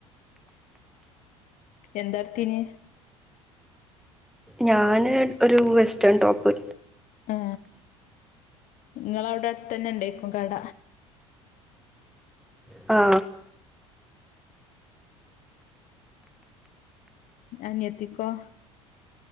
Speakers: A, on the left; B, in the centre.
A: എന്താട്ത്തിന്
B: ഞാന് ഒരു വെസ്റ്റേൺ ടോപ്പ്
A: ഏ നിങ്ങളെ അവിടെ അടുത്തതന്നെ ഉണ്ടേക്കും കട
B: ആ
A: അനിയത്തിക്കോ